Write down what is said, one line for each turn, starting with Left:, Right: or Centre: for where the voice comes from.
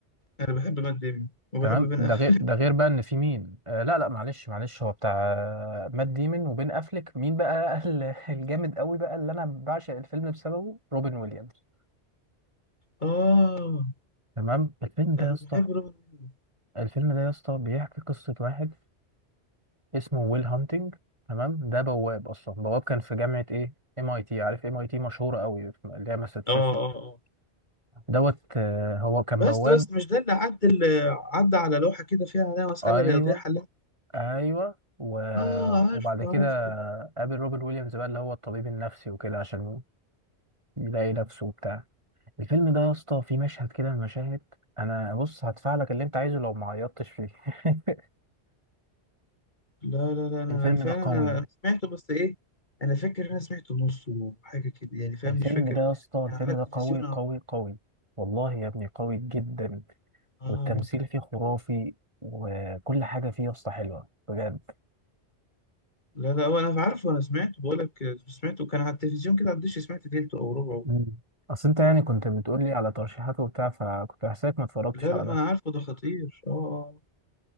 Left: انا بحب مات ديمي وبحب
Right: تمام
Left: بن
Right: ده
Left: اف
Right: غير ده غير بقى إن في مين آه، لا لا معلش معلش هو بتاع آه، مات ديمون وبين أفليك مين بقى ال- <laughs> الجامد قوي بقى اللي أنا بعشق الفيلم بسببه روبن ويليامز
Left: اه
Right: تمام الفيلم ده
Left: انا
Right: يا اسطى
Left: بحب روبن ويليامز.
Right: الفيلم ده يا اسطى بيحكي قصة واحد اسمه ويل هانتنج تمام ده بواب اصلا بواب كان في جامعه ايه ام اي تي عارف ام اي تي مشهوره قوي في- اللي هي ماساتشوست
Left: اه اه اه
Right: دوت آه، هو كان
Left: بس
Right: بواب
Left: بس مش ده اللي عدى اللي عدى على لوحه كده فيها عليها مساله
Right: ايوه
Left: لا يضيع حلها
Right: ايوه و...
Left: اه عارفه
Right: وبعد كده
Left: عارفه
Right: قابل روبن ويليامز بقى اللي هو الطبيب النفسي وكده عشان يلاقي نفسه وبتاع الفيلم ده يا اسطى فيه مشهد كده من المشاهد انا بص هدفع لك اللي انت عايزه لو ما عيطتش فيه <laughs>
Left: لا لا لا انا
Right: الفيلم
Left: أنا فعلا
Right: ده قوي
Left: انا أنا سمعته بس ايه انا فاكر إن انا سمعته نصه حاجه كده يعني فاهم
Right: الفيلم
Left: مش فاكر
Right: ده يا اسطى الفيلم
Left: كان على التلفزيون
Right: ده قوي قوي قوي والله يا ابني قوي جدا
Left: اه
Right: والتمثيل فيه خرافي وكل حاجة فيه يا اسطى حلوة بجد
Left: لا لا انا عارفه انا سمعته بقول لك سمعته كان على التلفزيون كده على الدش سمعت تلته او ربعه
Right: مم. اصل انت يعني كنت بتقولي على ترشيحات وبتاع فكنت حاسسك ما اتفرجتش
Left: لا
Right: على
Left: لا
Right: ده
Left: ما انا عارفه ده خطير اه آه،